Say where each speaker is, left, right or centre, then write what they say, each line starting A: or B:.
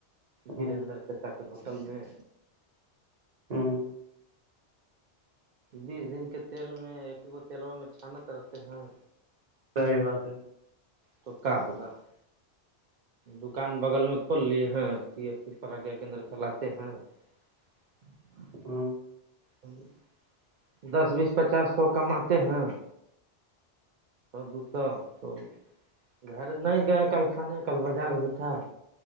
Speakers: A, on the right; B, on the right.
A: وریدر
B: ہوں
A: چچا کے ہوٹل میں
B: ہوں
A: بیس دن کے تیل میں ایک کو تیلوا میں چھانت رہتے ہیں
B: صی باتات ہے
A: تو کیا ہوگا <inaudible> دکان بغل میں کھول لی ہیں سی ایس پی پر آگا کیندر چلاتے ہیں <inaudible> <inaudible>
B: ہوں <inaudible>
A: ہی <inaudible> دس بیس پچاس سو کماتے ہیں دوسا تو <inaudible> گھر نہیں گئے کل کھانے کل بازار بھی تھا